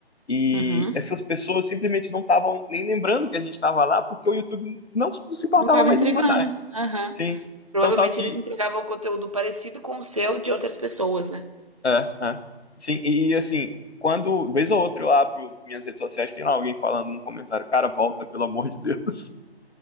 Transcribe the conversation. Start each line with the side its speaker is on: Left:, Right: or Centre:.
Left: e
Right: Uhum.
Left: essas pessoas simplesmente não estavam nem lembrando que a gente estava lá, porque o YouTube não se não se importava
Right: Não tava
Left: mais
Right: entregando.
Left: em mandar.
Right: Aham.
Left: Sim.
Right: Provavelmente
Left: Então, tal que
Right: eles entregavam conteúdo parecido com o seu de outras pessoas, né?
Left: É, é. Sim, e e, assim, quando, vez ou outra, eu abro minhas redes sociais, tem lá alguém falando num comentário, cara, volta, pelo amor de Deus. <laughs>